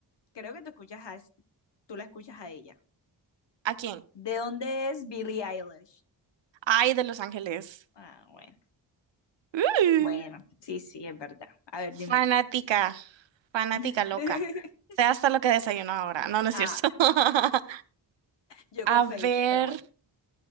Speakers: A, on the left; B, on the right.
A: creo que tú escuchas a, tú la escuchas a ella.
B: <laughs> ¿A quién?
A: ¿De dónde es Billie Eilish?
B: Ay, de Los Ángeles.
A: Ah, bueno.
B: Ay,
A: Bueno, sí, sí, es verdad. A ver,
B: Fanática,
A: dime tú.
B: fanática
A: <laughs>
B: loca. Sé hasta lo que desayuno ahora. No, no es
A: ah,
B: cierto. <laughs>
A: yo con
B: A
A: Faye,
B: ver,
A: pero bueno.